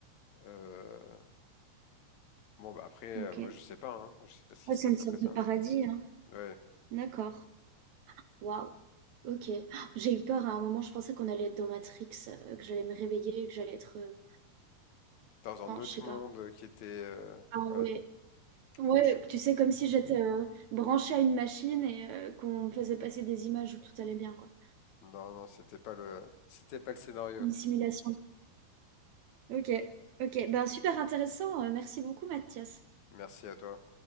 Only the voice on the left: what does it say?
Euh, Bon bah après, euh,
moi je sais pas, hein. Je sais pas ce qui
se
passe
après ça.
hein.
Ouais,
dans un
autre
monde
qui était, euh,
ouais.
Non, je-
non, non, c'était pas le, c'était pas le scénario.
Merci à toi.